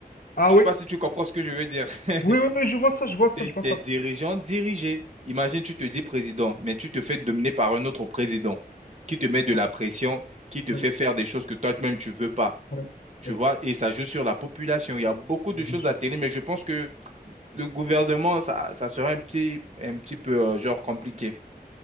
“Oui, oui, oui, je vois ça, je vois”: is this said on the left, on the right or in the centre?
Left